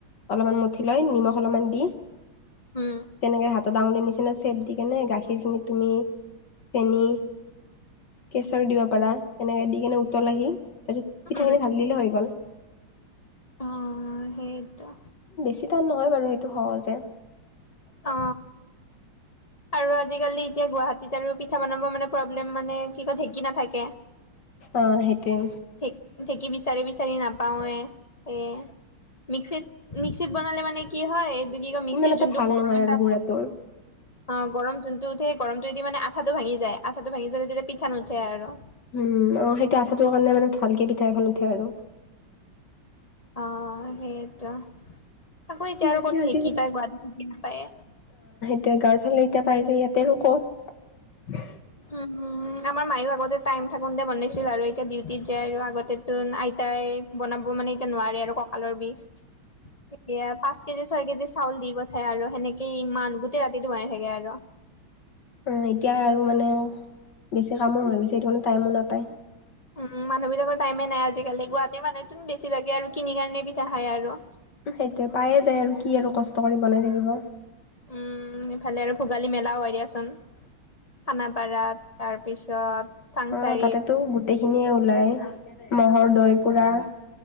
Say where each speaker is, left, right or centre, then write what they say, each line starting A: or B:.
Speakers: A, on the left; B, on the left.
A: অলপমান মঠি লৈ, নিমখ অলপমান দি
B: উম,
A: তেনেকে হাত ডাঙলিৰ নিচিনা চেপ দি কিনে গাখীৰখিনি তুমি চেনি কেঁচৰ দিব পাৰা, এনেকে দি কেনে উতল আহি তাৰপিছত পিঠাখিনি
B: উম।
A: ঢালি দিলে হৈ গ'ল।
B: অ সেইটো।
A: বেছি টান নহয় বাৰু সেইটো সহজে।
B: অ।
A: <unintelligible>
B: আৰু আজিকালি এতিয়া গুৱাহাটীত আৰু পিঠা বনাব মানে প্ৰব্লেম মানে কি কয় ঢেঁকী নাথাকে।
A: অ সেইটোৱে।
B: ঢে ঢেঁকী বিচাৰি বিচাৰি নাপাওঁৱে সেয়ে। মিক্সিত -মিক্সিত বনালে মানে কি হয় এইটো কি ক মিক্সিৰ
A: ইমান এটা
B: যোনটো
A: ভাল
B: গৰম
A: নহয়
B: এটা
A: আৰু গুড়াটো।
B: অ গৰম যোনটো উঠে, সেই গৰমটোদি মানে আঠাটো ভাঙি যায়, আঠাটো ভাঙি জালে তেতিয়া পিঠা নুঠে আৰু।
A: উম আৰু সেইটো আঠাটোৰ কাৰণে মানে ভালকে পিঠা এখন উঠে আৰু।
B: অ সেইটো। আকৌ এতিয়া
A: বাকী
B: আৰু ক'ত
A: আজিকালি
B: ঢেঁকী পায়, গুৱাহাটী ঢেকি নাপায়ে।
A: এতিয়া গাঁওৰ ফালে এতিয়া পাই যে ইয়াতে আৰু ক'ত?
B: উম আমাৰ মায়ো আগতে টাইম থাকোনতে বনাইছিল আৰু এতিয়া ডিউটিত যায় আৰু আগতেটো না আইতাই বনাব মানে এতিয়া নোৱাৰে আৰু কঁকালৰ বিষ। সেয়া পাঁচ কেজি ছয় কেজি চাউল দি পঠাই আৰু সেনেকেই ইমান গোটেই ৰাতিটোটো বনাই থাকে আৰু।
A: অ এতিয়া আৰু মানে বেছি কামো হৈ গৈছে সেটো মানে টাইমো নাপায়।
B: উ মানুহ বিলাকৰ টাইমে নাই আজিকালি গুৱাহাটীৰ মানুহ বেছিভাগে আৰু কিনি কাৰণে পিঠা খায় আৰু।
A: সেইটোৱে পায়ে যায় আৰু কি আৰু কষ্ট কৰি বনাই থাকিব।
B: উম ইফালে আৰু ভোগালী মেলাও হয় দিয়াচোন খানাপাৰাত তাৰপিছত চাংচাৰিত
A: অ তাতেতো গোটেইখিনিয়ে ওলায়। মহ'ৰ
B: উম,
A: দৈ পুৰা